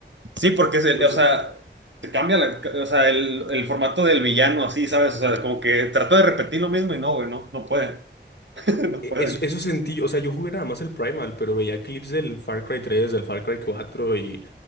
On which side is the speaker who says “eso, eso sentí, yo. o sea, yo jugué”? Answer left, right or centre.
Left